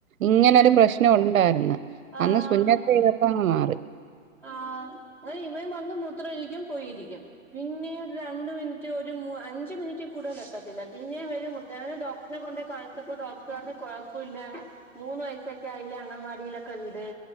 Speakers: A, on the right (about 75°); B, in the centre.
A: ഇങ്ങനൊരു പ്രശ്നം ഉണ്ടായിര്ന്ന്.
B: ആഹ്
A: അന്ന് സുന്നത്തെയ്ത പ്പങ്ങ് മാറി.
B: ആഹ് അതിവൻ വന്ന് മു ത്ര ഒഴിക്കും പോയിരിക്കും. പിന്നെ ഒരു രണ്ട് മിനിറ്റ് ഒരു മൂ അഞ്ച്മിനിറ്റ് കൂടുതലെത്ത ത്തില്ല. പിന്നെ വരും മൂത് അങ്ങനെ ഡോക് ടറിനെ കൊണ്ടോയ് കാണിച്ചപ്പോ ഡോക്ടറർഞ്ഞ് കൊഴപ്പവില്ല മൂന്ന് വയസൊക്കെ ആയിലെ അങ്ങൻവാടിയിലാെ ക്കെ വിട്.